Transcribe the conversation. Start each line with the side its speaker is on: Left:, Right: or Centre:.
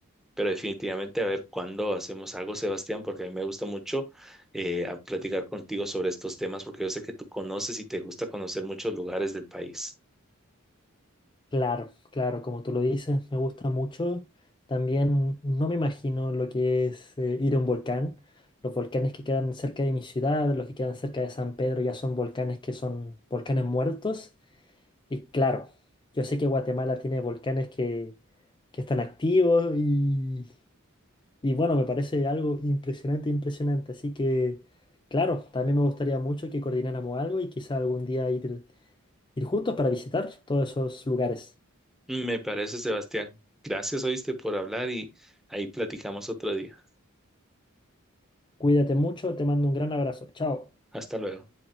Centre: pero definitivamente a ver cuándo hacemos algo, Sebastián, porque a mí me gusta mucho eh, a platicar contigo sobre estos temas, porque yo sé que tú conoces y te gusta conocer muchos lugares del país.
Left: claro, claro, como tú lo dices, me gusta mucho. También no me imagino lo que es eh, ir a un volcán. Los volcanes que quedan cerca de mi ciudad, los que quedan cerca de San Pedro, ya son volcanes que son volcanes muertos. Y claro, yo sé que Guatemala tiene volcanes que, que están activos y, y bueno, me parece algo impresionante, impresionante. Así que, claro, también me gustaría mucho que coordináramos algo y quizá algún día ir, ir juntos para visitar todos esos lugares.
Centre: Me parece, Sebastián. Gracias, oíste, por hablar y ahí platicamos otro día.
Left: Cuídate mucho, te mando un gran abrazo. Chao.
Centre: Hasta luego.